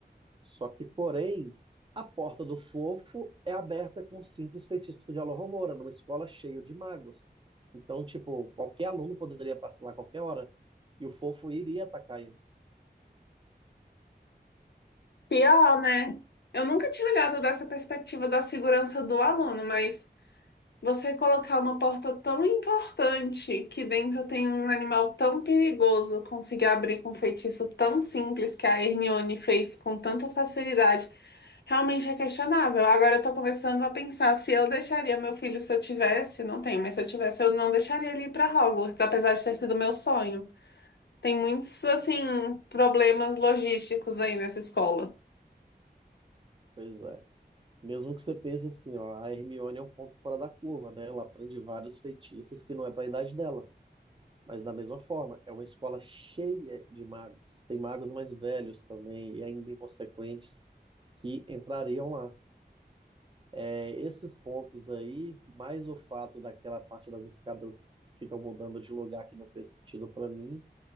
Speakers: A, on the right; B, on the left.
A: Só que, porém, a porta do fofo é aberta com um simples feitiço de Alohomora, numa escola cheia de magos. Então, tipo, qualquer aluno poderia passar lá a qualquer hora e o fofo iria atacar eles.
B: Pior, né? Eu nunca tinha olhado dessa perspectiva da segurança do aluno, mas. Você colocar uma porta tão importante que dentro tem um animal tão perigoso, conseguir abrir com um feitiço tão simples que a Hermione fez com tanta facilidade, realmente é questionável. Agora eu tô começando a pensar se eu deixaria meu filho se eu tivesse, não tenho, mas se eu tivesse, eu não deixaria ele ir para Hogwarts, apesar de ter sido meu sonho. Tem muitos assim problemas logísticos aí nessa escola.
A: Pois é. Mesmo que você pense assim, ó, a Hermione é um ponto fora da curva, né? Ela aprende vários feitiços que não é para a idade dela. Mas da mesma forma, é uma escola cheia de magos. Tem magos mais velhos também e ainda inconsequentes que entrariam lá. É, esses pontos aí, mais o fato daquela parte das escadas que ficam mudando de lugar que não fez sentido para mim,